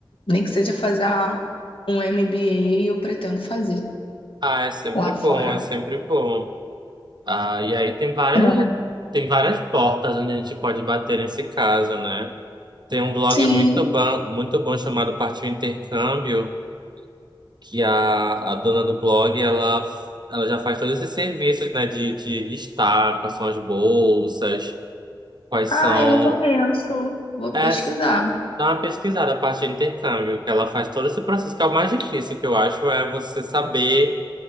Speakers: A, on the left; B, on the right.
A: Nem que seja fazer um MBA, eu pretendo fazer
B: Ah, é sempre
A: lá
B: bom,
A: fora.
B: é sempre bom. Ah, e aí tem várias,
A: É.
B: tem várias portas onde a gente pode bater nesse caso, né? Tem um blog
A: Sim.
B: muito bom, muito bom chamado Partiu Intercâmbio, que a, a dona do blog, ela, ela já faz todos esses serviços, né? De, de listar quais são as bolsas, quais
A: Ah,
B: são...
A: eu não conheço. Vou
B: É,
A: pesquisar.
B: dá uma pesquisada, Partiu Intercâmbio, que ela faz todo esse processo, que é o mais difícil, que eu acho, é você saber